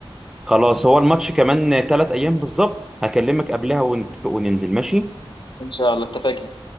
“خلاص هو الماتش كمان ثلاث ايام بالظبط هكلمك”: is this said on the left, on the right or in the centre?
Centre